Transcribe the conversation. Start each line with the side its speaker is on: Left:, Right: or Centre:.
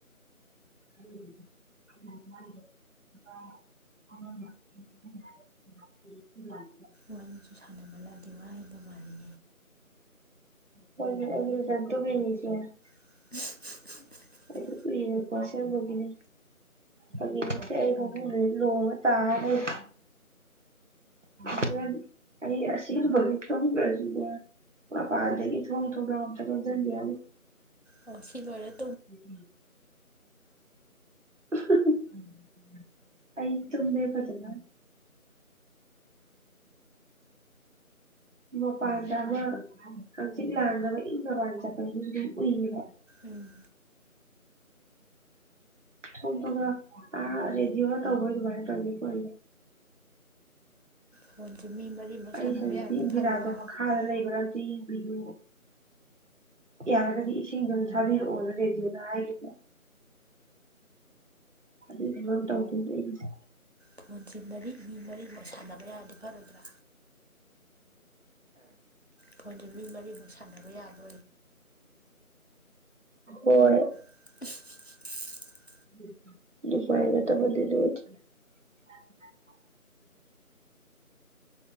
Right: ꯎꯝ <inaudible>
Left: ꯋꯥꯔꯤꯁꯨ ꯁꯥꯟꯅꯕ ꯂꯥꯛꯑꯗꯤ ꯋꯥ ꯍꯥꯏꯕ ꯃꯥꯜꯂꯤ
Right: ꯍꯣꯏꯅꯦ ꯏꯅꯦꯝꯆꯥ ꯇꯨꯝꯃꯤꯅꯤ ꯆꯦ
Left: <inaudible>
Right: ꯎꯇ ꯀꯨꯏꯔꯦꯀꯣ ꯑꯁꯦꯡꯕꯒꯤꯅꯦ ꯐꯥꯒꯤ ꯅꯠꯇꯦ ꯑꯩ ꯐꯥꯃꯨꯡꯗꯥ ꯂꯣꯡꯉꯥ ꯇꯥꯔ ꯂꯩꯔꯤ ꯍꯣꯔꯦꯟ ꯑꯩ ꯑꯁꯤ <unintelligible> ꯈꯪꯗ꯭ꯔꯥꯁꯨꯅꯦ ꯃꯄꯥꯟꯗꯒꯤ ꯊꯣꯡ ꯊꯣꯡꯅꯥꯎ ꯑꯝꯇ ꯂꯣꯟꯁꯤꯟꯕꯤꯔꯝꯃꯨ
Left: ꯑꯣ ꯁꯤ ꯂꯣꯏꯔꯠ
Right: ꯎꯝ ꯎꯝ ꯑ ꯍ ꯍ ꯑꯩ ꯇꯨꯝꯃꯦ ꯐꯖꯅ ꯃꯄꯥꯟꯗ ꯑꯃ ꯍꯛꯆꯤꯛ ꯂꯥꯡꯅꯕ ꯏꯪꯅꯕꯥꯅ ꯆꯠꯄꯗꯨꯗꯤ ꯗꯨꯝ ꯎꯌꯦꯕ
Left: ꯎꯝ
Right: ꯊꯣꯛꯄꯒ ꯑ ꯔꯦꯗꯤꯑꯣ ꯗ ꯇꯧꯕ ꯑꯗꯨꯃꯥꯏ ꯇꯧꯅꯤꯀꯣ ꯑꯩ
Left: ꯐꯣꯟꯁꯦ ꯃꯤ ꯃꯔꯤꯃꯛ
Right: ꯑꯩꯁꯨ
Left: ꯁꯥꯟꯅꯕ
Right: ꯅꯨꯄꯤ
Left: ꯌꯥꯔꯗꯤ
Right: ꯏꯟꯗꯤꯔꯥꯗꯣ
Left: ꯐꯔꯣꯏꯗ꯭ꯔꯥ
Right: ꯃꯈꯥꯗ ꯂꯩꯕ꯭ꯔ ꯑꯝꯇ ꯌꯦꯡꯕꯤꯔꯨꯌꯣ ꯌꯥꯔꯒꯗꯤ ꯏꯁꯤꯡꯗꯣ ꯑꯝꯇ ꯊꯥꯕꯤꯔꯛꯑꯣꯅ ꯔꯦꯗꯤꯑꯣꯗ ꯍꯥꯏꯒꯤꯕ꯭ꯔꯣ ꯁꯤ ꯐꯤꯕꯝ ꯇꯧꯗꯣꯏꯁꯦ ꯑꯩꯒꯤꯁꯦ꯫
Left: ꯐꯣꯟꯁꯤ ꯃꯔꯤ ꯃꯤ ꯃꯔꯤ ꯁꯥꯟꯅꯕ ꯌꯥꯔꯗꯤ ꯐꯔꯣꯏꯗ꯭ꯔꯥ꯫ ꯐꯣꯟꯁꯦ ꯃꯤ ꯃꯔꯤꯃꯛ ꯁꯥꯟꯅꯕ ꯌꯥꯕ
Right: ꯑ <unintelligible> ꯍꯣꯏ꯫
Left: <unintelligible>
Right: <unintelligible>